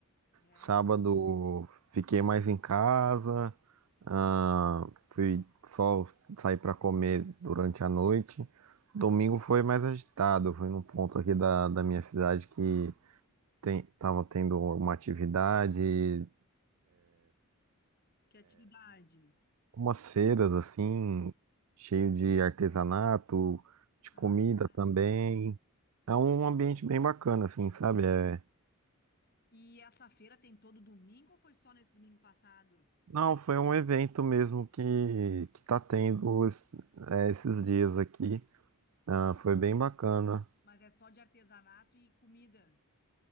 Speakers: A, on the left (about 45°); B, on the right (about 75°).
A: É,
B: Sábado fiquei mais em casa, ah, fui só sair para comer durante a noite. Domingo foi mais agitado, fui num ponto aqui da, da minha cidade que tem, tava tendo uma atividade,
A: que atividade?
B: umas feiras assim, cheio de artesanato, de
A: Ah,
B: comida
A: legal.
B: também. É um ambiente bem bacana, assim, sabe? É...
A: E essa feira tem todo domingo ou foi só nesse domingo passado?
B: Não, foi um evento mesmo que, que tá tendo es- é, esses dias aqui. Ah,
A: Ah,
B: foi
A: entendi.
B: bem bacana.
A: Mas é só de artesanato e comida?